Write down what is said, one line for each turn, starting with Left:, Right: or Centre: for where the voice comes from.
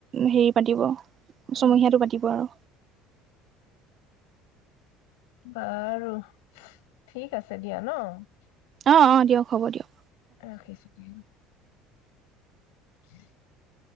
Right: হেৰি পাতিব। ছমহীয়াটো
Left: অ, অ,
Right: পাতিব আৰু
Left: বাৰু, ঠিক আছে দিয়া ন'?
Right: অ', -অ', দিয়ক হ'ব দিয়ক।
Left: ৰাখিছোঁ দিয়া <unintelligible> <inaudible>